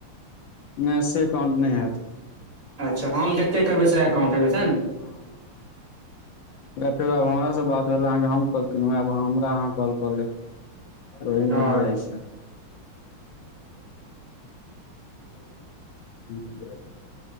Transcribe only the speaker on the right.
अच्छा, हम जतेक कहबै से। काउंत हैते से ने
हँ